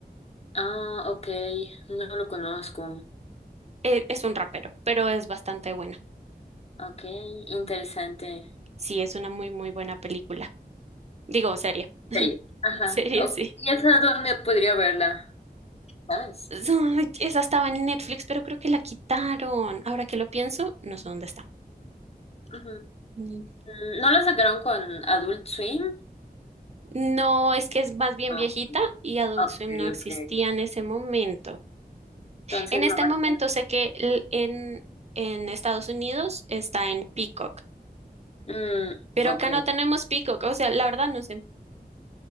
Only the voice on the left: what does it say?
Ah, ok, no lo conozco.
Ok, interesante.
Serie. Ajá,
ok,
ya sabes dónde podría verla, ¿sabes?
Ujú.
Mm, ¿No la sacaron con Adult Swim?
Ah,
ok,
ok.
Entonces
no
va
a estar.
Mm,
ok.